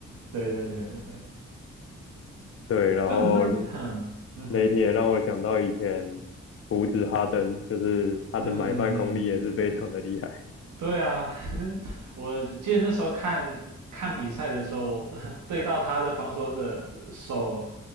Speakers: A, on the right; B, on the left.
A: 对对对对对，
B: 对，然后
A: 这样子那你哼嗯哼
B: 雷霆也让我想到以前胡子哈登，就是他的买办功力也是非常的厉害。
A: 嗯嗯，对啊，那我记得那时候看看比赛的时候，<laughs> 对到他的防守者手，